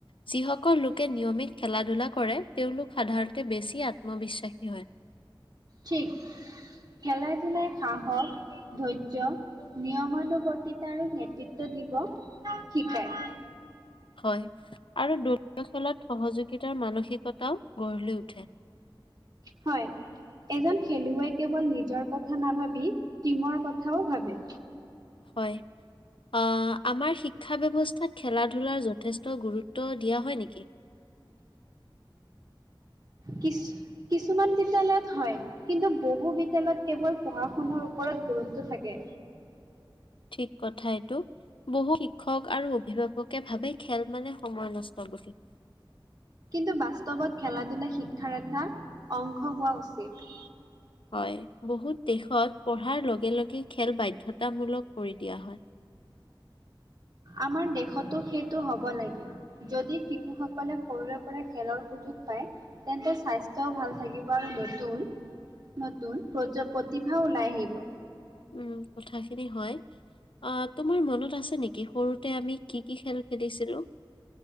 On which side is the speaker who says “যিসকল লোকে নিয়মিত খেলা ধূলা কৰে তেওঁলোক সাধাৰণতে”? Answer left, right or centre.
Left